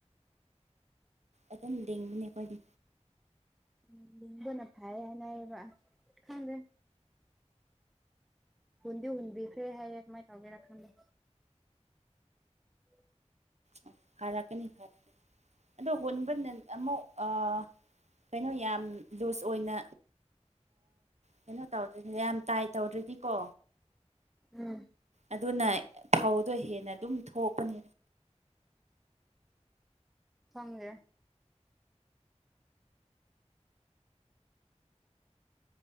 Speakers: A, on the right; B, in the centre.
A: ꯑꯗꯨꯝ ꯂꯤꯡꯕꯅꯦ ꯑꯩꯈꯣꯏꯗꯤ
B: ꯎꯝ ꯂꯤꯡꯕꯅ ꯐꯩ ꯍꯥꯏꯅꯩꯌꯦꯕ ꯈꯪꯗꯦ ꯍꯨꯟꯗꯤ ꯍꯨꯟꯕꯤꯈ꯭ꯔꯦ ꯍꯥꯏꯌꯦ ꯀꯃꯥꯏꯅ ꯇꯧꯒꯦꯔ ꯈꯪꯗꯦ ꯑꯣ
A: ꯑꯣ ꯐꯥꯔꯛꯀꯅꯤ ꯐꯔꯛꯀꯅꯤ ꯑꯗꯣ ꯍꯨꯟꯕ ꯅ ꯑꯃꯨꯛ ꯑꯥ ꯀꯩꯅꯣ ꯌꯥꯝ ꯂꯨꯖ ꯑꯣꯏꯅ ꯀꯩꯅꯣ ꯇꯧꯗ꯭ꯔ ꯌꯥꯝ ꯇꯥꯏ ꯇꯧꯗ꯭ꯔꯗꯤꯀꯣ
B: ꯎꯝ
A: ꯑꯗꯨꯅ ꯐꯧꯗꯣ ꯍꯦꯟꯅ ꯑꯗꯨꯝ ꯊꯣꯛꯄꯅꯦꯕ
B: ꯈꯪꯗꯦ